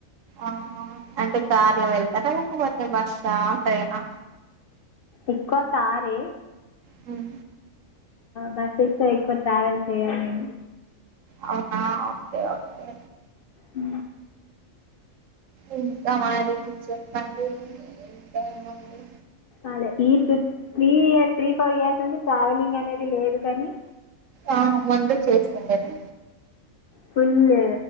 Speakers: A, on the right (about 70°); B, on the left (about 60°).
A: ఆహా అంటే కార్ లో వెళ్తారా లేకపోతే బస్సా ట్రైనా
B: ఇకువ కారే
A: హమ్
B: బస్సెస్ లో ఎక్కువ ట్రావెల్ చేయలేను
A: అవున ఒకే ఒకే
B: ఊ
A: ఇంకా మరి చెప్పండి ఇంకా ఏం ఉంది
B: అలే ఈ త్ three year three four years నుంచి ట్రావెలింగ్ అనేది లేదు కానీ
A: ఆ ముందు చేస్తుండేనా
B: ఫుల్లు